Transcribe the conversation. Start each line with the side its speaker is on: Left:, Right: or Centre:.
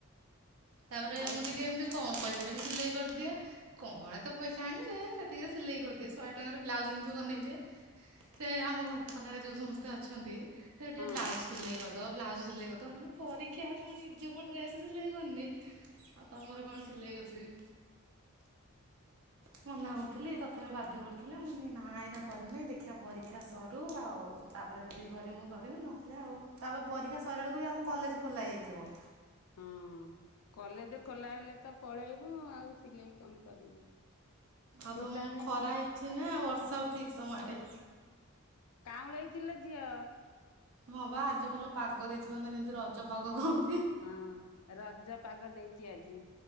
Right: ତାପରେ
Left: ଆଉ
Right: ମୁଁ ଟିକେ ଏମିତି କମ୍ ପଇସାରେ ବି ସିଲେଇ କରିଦିଏ କଣ ଏତେ ପଇସା ଆଣିବି ଯେ ସେତିକିରେ ସିଲେଇ କରିଦିଏ ଶହେ ଟଙ୍କାରେ ବ୍ଲାଉଜ ଯେମିତି ବନେଇଦିଏ ସେ ଆମ ଘର ପାଖରେ ଯୋଉ ସମସ୍ତେ ଅଛନ୍ତି ସେ ଟିକେ
Left: ହଁ
Right: ବ୍ଲାଉଜ ସିଲେଇ କରି ତ ବ୍ଲାଉଜ ସିଲେଇ କରିଦବ ମୁଁ କହିଲି ପରୀକ୍ଷା ଅଛି ମୁଁ ନିଜେ ମୋ ଡ୍ରେସ ସିଲେଇ କରିନେଇ ଆଉ ତମର କଣ ସିଲେଇ କରିଦେବି। ମନା କରୁଥିଲି ତଥାପି ବାଧ୍ୟ କରୁଥିଲା ମୁଁ କହିଲି ନା ଏଇନା କରିବି ନାଇଁ ଦେଖିବା ପରୀକ୍ଷା ସରୁ ଆଉ ତାପରେ ଯଦି କରିବି ମୁଁ କରିବି ନହେଲେ ଆଉ ତାପରେ ପରୀକ୍ଷା ସରିଲା ବେଳକୁ ବି ଆମ କଲେଜ ଖୋଲା ଯାଇଥିବ।
Left: ହଁ କଲେଜ ଖୋଲା ହେଲେ ତ ପଳେଇବୁ ଆଉ ସିଲେଇ କଣ କରିବୁ।
Right: ଆଉ
Left: ତୁ
Right: ତମ
Left: ତାହେଲେ
Right: ଖରା ହେଇଚି ନା ବର୍ଷା ଉଠେଇଚି ତମ ଆଡ଼େ?
Left: କାଉଁଳେଇଚି ଲୋ ଝିଅ।
Right: ହଁ ପା ଆଜି ଭଲ ପାଗ ଦେଇଚି ମାନେ ଯେମିତି ରଜ ପାଗ କହନ୍
Left: ହଁ ରଜ ପାଗ ଦେଇଚି ଆଜି।